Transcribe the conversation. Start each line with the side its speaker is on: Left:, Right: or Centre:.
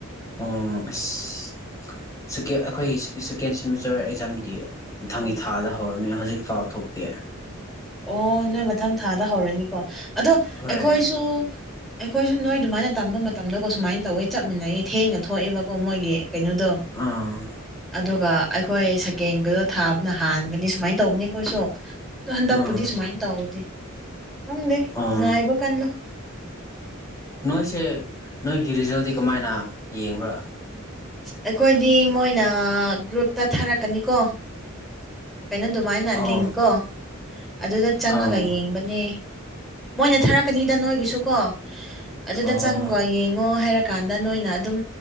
Left: ꯑꯣ ꯑꯁ ꯑꯩꯈꯣꯏꯒꯤ ꯁꯦꯀꯦꯟ ꯁꯦꯃꯤꯁꯇꯔ ꯑꯦꯛꯖꯥꯝꯗꯤ ꯃꯊꯪꯒꯤ ꯊꯥꯗꯒꯤ ꯍꯧꯔꯅꯤ ꯍꯧꯖꯤꯛ ꯐꯥꯎ ꯊꯣꯛ ꯇꯦ
Centre: ꯑꯣ ꯅꯣꯏ ꯃꯊꯪ ꯊꯥꯗ ꯍꯧꯔꯅꯤꯀꯣ ꯑꯗꯣ
Left: ꯍꯣꯏ
Centre: ꯑꯩꯈꯣꯏꯁꯨ ꯑꯩꯈꯣꯏꯁꯨ ꯅꯣꯏ ꯑꯗꯨꯃꯥꯏꯅ ꯇꯝꯕ ꯃꯇꯝꯗꯀꯣ ꯁꯨꯃꯥꯏꯅ ꯇꯧꯋꯦ ꯆꯞ ꯃꯟꯅꯥꯌꯦ ꯊꯦꯡꯅ ꯊꯣꯛꯑꯦꯕꯀꯣ ꯃꯣꯏꯒꯤ ꯀꯩꯅꯣꯗꯣ
Left: ꯑꯥ
Centre: ꯑꯗꯨꯒ ꯑꯩꯈꯣꯏ ꯁꯀꯦꯟꯒꯗꯣ ꯊꯥꯕꯅ ꯍꯥꯟꯕꯅꯤ ꯁꯨꯃꯥꯏꯅ ꯇꯧꯕꯅꯤ ꯑꯩꯈꯣꯏꯁꯨ ꯑꯗ ꯍꯟꯗꯛ
Left: ꯎꯝ
Centre: ꯄꯨꯗꯤ ꯁꯨꯃꯥꯏꯅ ꯇꯧꯗꯦ ꯈꯪꯗꯦ
Left: ꯑꯥ
Centre: ꯉꯥꯏꯕ ꯀꯜꯂꯣ
Left: ꯅꯣꯏꯁꯦ ꯅꯣꯏꯒꯤ ꯔꯤꯖꯜꯗꯤ ꯀꯃꯥꯏꯅ ꯌꯦꯡꯕ꯭ꯔꯥ
Centre: ꯑꯩꯈꯣꯏꯗꯤ ꯃꯣꯏꯅ ꯒ꯭ꯔꯨꯞꯇ ꯊꯥꯔꯛꯀꯅꯤꯀꯣ ꯀꯩꯅꯣ ꯑꯗꯨꯃꯥꯏꯅ
Left: ꯑꯣ
Centre: ꯂꯤꯡꯀꯣ ꯑꯗꯨꯗ ꯆꯪꯉꯒ
Left: ꯑꯥ
Centre: ꯌꯦꯡꯕꯅꯦ ꯃꯣꯏꯅ ꯊꯥꯔꯛꯀꯅꯤꯗ ꯅꯣꯏꯒꯤꯁꯨ ꯀꯣ ꯑꯗꯨꯗ
Left: ꯑꯣ
Centre: ꯆꯪꯒ ꯌꯦꯡꯉꯣ ꯍꯥꯏꯔꯀꯥꯟꯗ ꯅꯣꯏꯅ ꯑꯗꯨꯝ